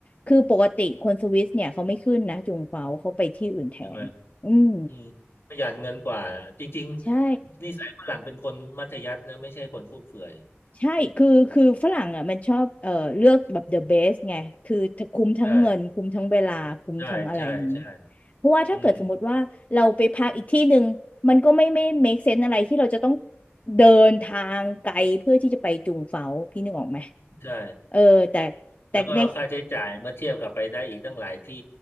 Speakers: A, on the left; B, on the left.
A: คือปกติคนสวิสเนี่ยเขาไม่ขึ้นนะจุงเฟาเขาไปที่อื่นแทนอืม
B: ใช่ไหมอืมประหยัดเงินกว่าจริงๆนิสัยฝรั่งเป็นคนมัธยัสถ์นะไม่ใช่คนฟุ่มเฟือย
A: ใช่ ใช่คือคือฝรั่งอ่ะมันชอบเอ่อเลือกแบบ the best ไง คือคุ้มทั้งเงิน
B: ใช่
A: คุ้มทั้งเวลา คุ้มทั้งอะไรอย่างนี้
B: ใช่ใช่ใช่
A: เพราะว่าถ้าเกิดสมมติว่าเราไปพักอีกที่หนึ่งมันก็ไม่ไม่
B: อืม
A: make sense อะไรที่เราจะต้องเดินทางไกลเพื่อที่จะไปจุงเฝาพี่นึกออกไหม
B: ใช่
A: เออ แต่แต่ใน
B: แล้วก็ค่าใช้จ่ายเมื่อเทียบกับไปได้อีกตั้งหลายที่